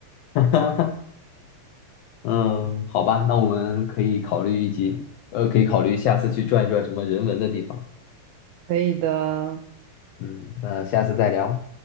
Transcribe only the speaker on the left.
<laughs> 哈哈，嗯，好吧，那我们可以考虑一集，呃，可以考虑下次去转一转什么人文的地方。
嗯，那下次再聊。